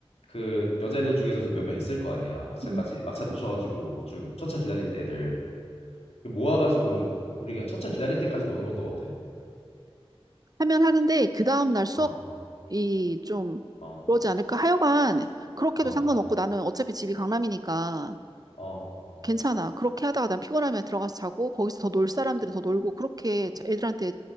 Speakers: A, on the left; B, on the right.
A: 그 여자애들 중에서도 몇 명 있을 거 아니야. 막차까지
B: 음.
A: 막차 놓쳐가지고 좀 첫차 기다리는 애들 그 모아가지고 우리가 첫차 기다릴 때까지 노는 것도 어때?
B: 하면 하는데 그 다음 날 수업이
A: 어,
B: 좀
A: 어,
B: 그러지 않을까? 하여간 그렇게도
A: 어,
B: 상관없고 나는 어차피 집이 강남이니까.
A: 어.
B: 괜찮아. 그렇게 하다가 난 피곤하면 들어가서 자고 거기서 더 놀 사람들은 더 놀고 그렇게 자- 애들한테